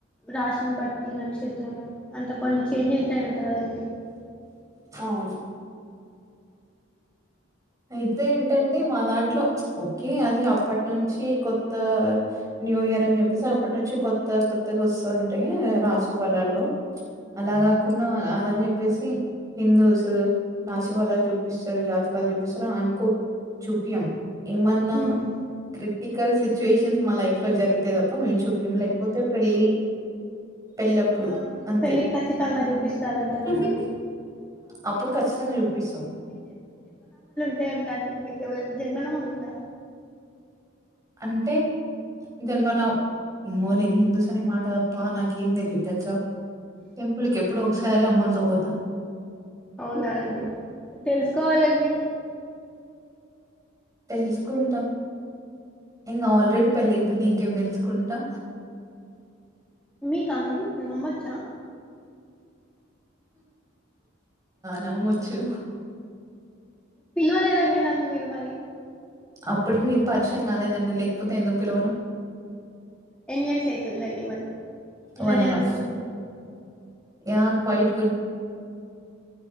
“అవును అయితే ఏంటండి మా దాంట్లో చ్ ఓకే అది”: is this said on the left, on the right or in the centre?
Right